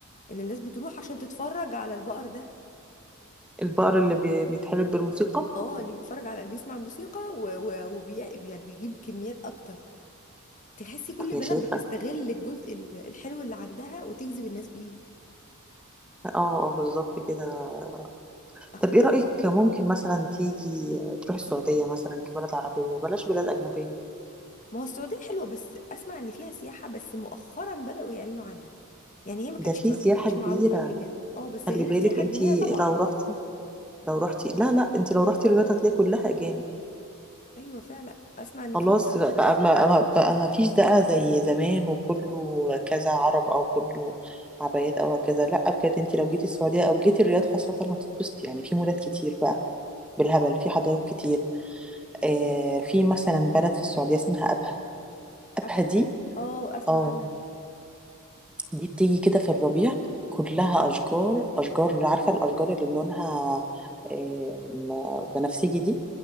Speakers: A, on the left; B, in the centre.
A: ان الناس بتروح عشان تتفرج على البقر ده
B: البقر اللي بي- بيتحلب بالموسيقى
A: اه اللي بيتفرج على بيسمع الموسيقى و... و... وبي... يعني بيجيب كميات اكتر تحسي كل
B: يا
A: بلد
B: شيخة
A: بتستغل الجزء ال- الحلو اللي عندها وتجذب الناس بيه
B: اه اه بالظبط كده
A: اخويا
B: طب ايه رأيك ممكن مثلا تيجي تروح السعودية مثلا كبلد عربية بلاش بلاد أجنبية
A: ما هو السعودية حلوة بس اسمع ان فيها سياحة بس مؤخرا بدأوا يعلنوا عنها يعني هي ما كانتش
B: ده في
A: ما
B: سياحة
A: ما كانتش
B: كبيرة
A: معروفة قبل كده اه بس
B: خلي
A: غير
B: بالك
A: السياحة
B: انتي
A: الدينية طبعا
B: لو رحتي لو رحتي لا لا انتي لو رحتي الرياض هتلاقي كلها أجانب
A: ايوه فعلا اسمع انه
B: خلاص
A: فيها بقى
B: بقى ما ما- بقى ما فيش بقى زي زمان وكله كذا عرب او كله عبايات او كذا لا بجد انت لو جيتي السعوديه او جيتي الرياض خاصه هتتبسطي يعني في مولات كتير بقى بالهبل في حدائق كتير آه في مثلا بلد في السعوديه اسمها ابها ابها
A: أب-
B: دي
A: اه اسمع
B: اه
A: عنها دي
B: دي بتيجي كده في الربيع كلها اشجار اشجار عارفه الاشجار اللي لونها آه بنفسجي دي